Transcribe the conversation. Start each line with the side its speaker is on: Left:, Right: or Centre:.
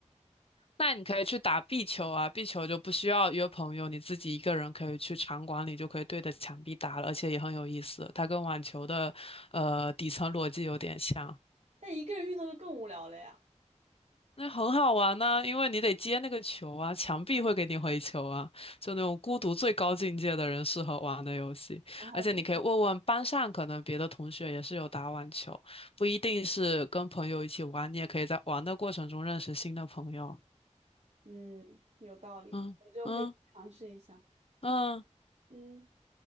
Left: 那你可以去打壁球啊，壁球就不需要约朋友，你自己一个人可以去场馆里就可以对着墙壁打了，而且也很有意思。它跟网球的呃底层逻辑有点像。
Right: 但一个人运动就更无聊了呀。
Left: 那很好玩呢、因为你得接那个球啊，墙壁会给你回球啊，就那种孤独最高境界的人适合玩的游戏。
Right: 啊，
Left: 而且你可以问问班上，
Right: 不是
Left: 可能别的同学也是有打网球，不一定是跟朋友一起玩，你也可以在玩的过程中认识新的朋友。
Right: 嗯，有道理，
Left: 嗯嗯
Right: 我觉得我可以尝试一下。
Left: 嗯，
Right: 嗯，